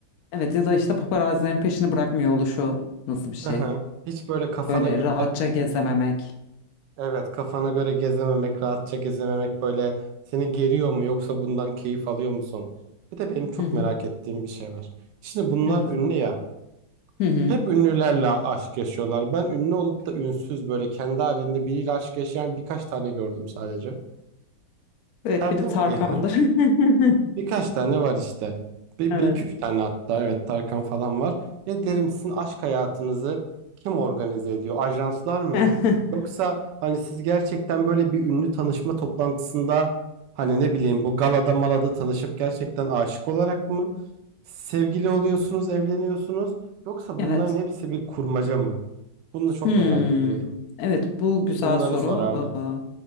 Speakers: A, on the left (about 85°); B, on the right (about 70°).
A: Evet ya da işte paparazilerin peşini bırakmıyor oluşu nasıl bir şey?
B: Hı Hiç böyle kafana
A: Böyle
B: göre
A: rahatça gezememek.
B: Evet, kafana göre gezememek, rahatça gezememek böyle seni geriyor mu yoksa bundan keyif alıyor musun? Bir de benim çok
A: Hı hı.
B: merak ettiğim bir şey var. Şimdi bunlar
A: Hı
B: ünlü ya.
A: hı. hı.
B: Hep ünlülerle aşk yaşıyorlar. Ben ünlü olup da ünsüz böyle kendi halinde biriyle aşk yaşayan birkaç tane gördüm sadece.
A: Evet
B: Derdim
A: biri Tarkan'dır.
B: ki "He, Birkaç
A: <laughs>
B: tane var işte. Bir,
A: Evet.
B: bir iki üç tane hatta evet Tarkan falan var. Ya derim sizin aşk hayatınızı kim organize ediyor? Ajanslar mı?
A: <laughs>
B: Yoksa hani siz gerçekten böyle bir ünlü tanışma toplantısında hani ne bileyim bu galada malada tanışıp gerçekten aşık olarak mı sevgili oluyorsunuz, evleniyorsunuz? Yoksa bunların
A: Evet.
B: hepsi bir kurmaca mı? Bunu çok
A: Hmm.
B: merak ediyorum.
A: Evet bu güzel
B: Bunları
A: soru.
B: sorardım.
A: Ee,